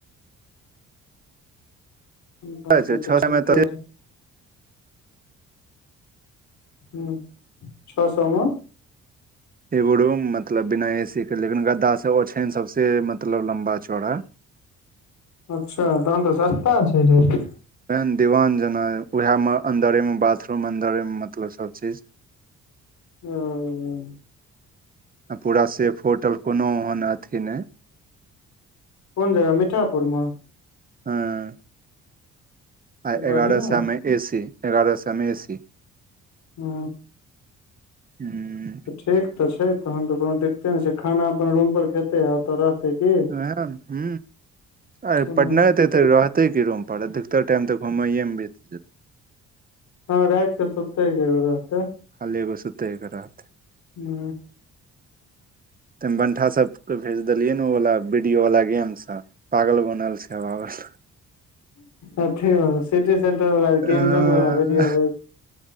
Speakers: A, on the left; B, on the right.
A: ब
B: छओ
A: तऽ ठीके
B: सए मे तऽ
A: रह ह छओ सएमे
B: एगो रूम मतलब बिना ए सी के लेकिन गद्दा से ओछन सबसे मतलब लम्बा चौड़ा
A: अच्छा तहन तऽ सस्ता छै रेट
B: एहन दीवान जेना ओएह मे अन्दरेमे बाथरूम अन्दरेमे मतलब सब चीज,
A: ह।
B: पूरा सेफ होटल कोनो ओहन अथी नहि
A: कोन जगह मीठापुर मे,
B: हँ। आ
A: त बढ़िया
B: एगारह
A: हूं
B: सए मे ए सी एगारह सए मे ए सी
A: हू।
B: हू
A: ठीक तऽ छै तहन तऽ कोनो दिक्ते नहि छै खाना अपन रूम पर खेते आ की
B: ह ह अरे
A: कोनो
B: पटनात तऽ रहतै कि रूम पड़त अधिकतर टाइम तऽ घुमयएमे बीत जेतै
A: हँ राइतकसुतेेलै रहतै
B: खालि एगोसुतै ले रहतै
A: हू
B: त बंठा सब के भेज देलियै ने ओ वालला वीडियो वाला गेम सब पागल बनल छै पागल
A: अथे ब सिटी सेंटर वाल
B: कहै
A: गेम जोन वालडियो